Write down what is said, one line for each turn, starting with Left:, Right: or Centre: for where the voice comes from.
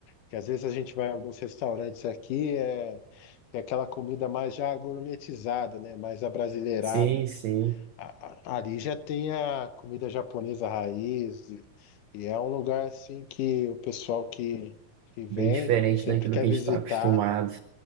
Left: Que às vezes a gente vai em alguns restaurantes aqui, é, é aquela comida mais já gourmetizada, né? Mais abrasileirada.
Right: Sim, sim.
Left: A- a- Ali já tem a comida japonesa raiz, e e é um lugar assim que o pessoal que, que vem
Right: Bem diferente
Left: sempre
Right: daquilo
Left: quer
Right: que a
Left: visitar,
Right: gente está acostumado.